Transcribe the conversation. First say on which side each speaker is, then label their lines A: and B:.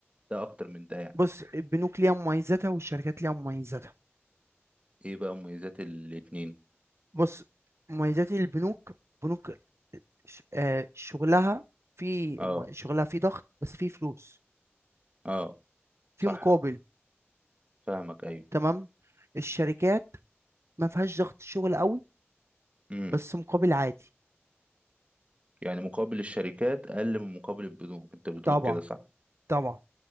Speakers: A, on the right; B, on the right.
A: ده اكتر من ده يعني
B: بص البنوك ليها مميزاتها والشركات ليها مميزاتها
A: ايه بقى مميزات الاتنين
B: بص مميزات البنوك بنوك ش- آه، شغلها في
A: اه
B: شغلها في ضغط بس في فلوس
A: اه
B: في
A: صح
B: مقابل
A: فاهمك ايوه
B: تمام الشركات ما فيهاش ضغط شغل قوي
A: امم
B: بس مقابل عادي
A: يعني مقابل الشركات اقل من مقابل البنوك انت بتقول
B: طبعا
A: كده صح
B: طبعا